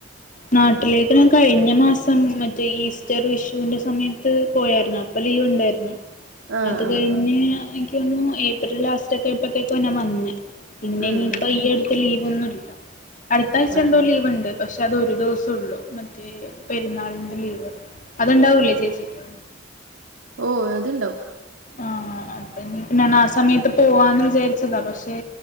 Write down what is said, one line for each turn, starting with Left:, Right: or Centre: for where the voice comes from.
Left: നാട്ടിലേക്ക് ഞാൻ കഴിഞ്ഞ മാസം മറ്റേ ഈസ്റ്റർ, വിഷുവിന്റെ സമയം സമയത്ത്പോയായിരുന്നു. അപ്പൊ ലീവ് ഉണ്ടായിരുന്നു.
Right: ആഹ്
Left: അത്
Right: ആഹ്
Left: കഴിഞ്ഞ്
Right: ആഹ്
Left: എനിയ്ക്ക് തോന്നുന്നു ഏപ്രിൽ ലാസ്റ്റ് ഒക്കെ ആയപ്പോഴത്തേക്കാ വന്നേ. പിന്നെ
Right: ഉം
Left: ഇനിയിപ്പ
Right: ഉം
Left: ഈ അടു ത്ത് ലീവ് ഒന്നുംല്ല. അടുത്ത ആഴ്ച
Right: ആണല്ലേ
Left: എന്തോ ലീവ് ഉണ്ട്. പക്ഷെ അത് ഒരു ദിവസം ഉള്ളൂ. മറ്റേ പെരുന്നാളിന്റെ ലീവ്. അത് ഇണ്ടാവൂല്ലേ ചേച്ചിക്ക്.
Right: ഓഹ് അതുണ്ടാവും.
Left: ആഹ് അപ്പെ ഇനി ഇപ്പ ഞാൻ ആഹ് സമയത്ത് പോവാന്ന് വിചാരിച്ചതാ. പക്ഷെ